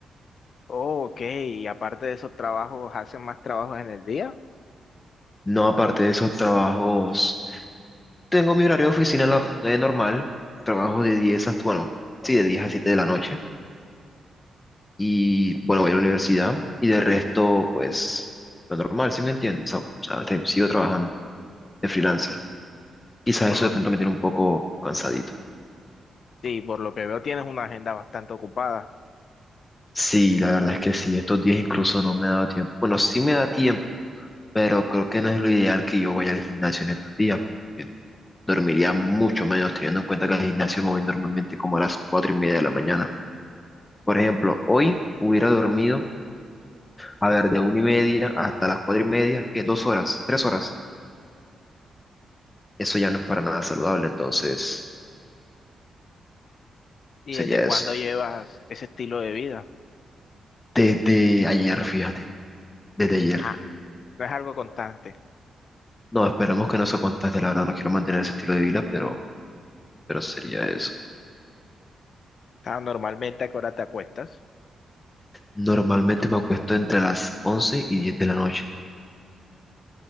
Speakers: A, on the left; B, on the left.
A: Oh, ok, y aparte de esos trabajos, ¿haces más trabajos en el día?
B: No aparte de esos trabajos, tengo mi horario de oficina la- eh, normal, trabajo de diez hasta, bueno, sí, de 10 a 7 de la noche. Y bueno, voy a la universidad y de resto, pues lo normal, ¿sí me entiendes? O sea, o sea, te- sigo trabajando de freelancer. Quizás
A: Por
B: eso
A: lo
B: de pronto
A: que,
B: me tiene un poco cansadito.
A: sí, por lo que veo tienes una agenda bastante ocupada.
B: Sí, la verdad es que sí, estos días incluso no me ha dado tiempo. Bueno, sí me da tiempo, pero creo que no es lo ideal que yo vaya al gimnasio en estos días. dormiría mucho menos, teniendo en cuenta que al gimnasio me voy normalmente como a las cuatro y media de la mañana. Por ejemplo, hoy hubiera dormido, a ver, de una y media hasta las cuatro y media, que dos horas, tres horas. Eso ya no es para nada saludable, entonces
A: ¿Y
B: sería
A: desde cuándo
B: eso.
A: llevas ese estilo de vida?
B: Desde ayer, fíjate, desde ayer.
A: Ah, no es algo constante.
B: No, esperemos que no se contagie, la verdad, no quiero mantener ese estilo de vida, pero, pero sería eso.
A: Ah, normalmente, ¿a qué hora te acuestas?
B: Normalmente me acuesto entre las 11 y 10 de la noche.